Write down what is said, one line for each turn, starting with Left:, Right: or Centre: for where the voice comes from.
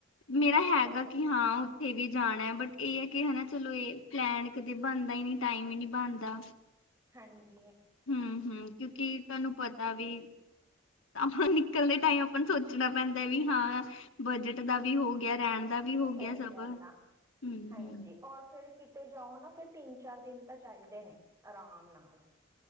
Left: ਮੇਰਾ
Right: ਚਲੋ
Left: ਹੈਗਾ ਕੀ ਹਾਂ ਓਥ ਥੇ ਵੀ ਜਾਣਾ ਐ ਬਟ, ਏ ਐ ਕੀ ਹਨਾ ਚਲੋ ਏ ਪਲੈਨ ਕਦੇ ਬਣਦਾ ਈ ਨੀ ਟਾਈਮ ਈ ਨੀ ਬਣਦਾ।
Right: ਹਾਂਜੀ।
Left: ਹੂੰ, ਹੂੰ ਕਿਉਕਿ ਤੁਹਾਨੂੰ ਪਤਾ ਵੀ ਆਪਾਂ ਨਿਕਲ ਦੇ ਟਾਈਮ, ਆਪਾਂ ਨੂੰ ਸੋਚਣਾ ਪੈਂਦਾ ਵੀ ਹਾਂ ਬਜਟ ਦਾ ਵੀ ਹੋਗਿਆ, ਰੈਣ ਦਾ ਵੀ ਹੋਗਿਆ
Right: ਸਹੀ
Left: ਸਭ,
Right: ਗੱਲ
Left: ਹੂੰ,
Right: ਆ ਹਾਂਜੀ
Left: ਹੂੰ।
Right: ਔਰ ਫੇਰ ਕਿਤੇ ਜਾਓ ਨਾ, ਫਿਰ ਤਿੰਨ-ਚਾਰ ਦਿਨ ਤਾਂ ਚਾਈਦੇ ਨੇ, ਆਰਾਮ ਨਾਲ।